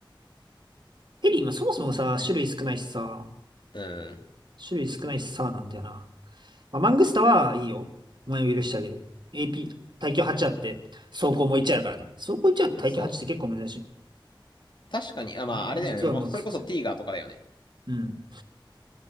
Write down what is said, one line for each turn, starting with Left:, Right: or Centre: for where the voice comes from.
Right: ヘリ今そもそもさ、種類少ないしさ、
Left: うん。
Right: 種類少ないしさ、なんだよな。まあ、マングスタはいいよ。お前を許してあげる。AP、耐久8あって、走行も1あるからね。走行1あって耐久8って結構珍しい。
Left: そう。確かに、あ、まあ、あれだよね。
Right: 実はマックス強い。
Left: もう、それこそティーガーとかだよね。
Right: うん。